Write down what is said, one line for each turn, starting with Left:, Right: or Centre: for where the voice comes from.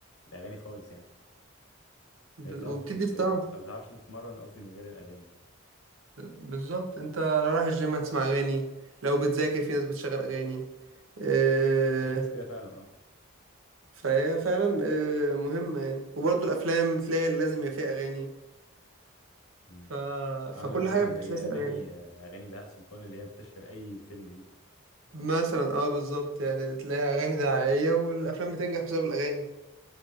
Left: الاغاني خالص يعني
Right: ب-
Left: قصدي
Right: وبتدي
Left: تت...
Right: الطعم
Left: ما بتعرفش تتمرن قصدي من غير الاغاني
Right: بالظبط انت لو رايح الجيم هتسمع اغاني لو بتذاكر في ناس بتشغل اغاني آه،
Left: في ناس كده فعلا
Right: فهي فعلا آه، مهمه يعني وبرضه الافلام تلاقي لازم يبقى فيها اغاني
Left: اه
Right: ف...
Left: عامله
Right: فكل
Left: مثلا
Right: حاجه بتتلاسى
Left: زي اغاني
Right: الاغاني
Left: اغاني بهاء سلطان اللي هي بتشهر اي فيلم دي
Right: مثلا اه بالظبط يعني تلاقي اغاني دعائيه والافلام بتنجح بسبب الاغاني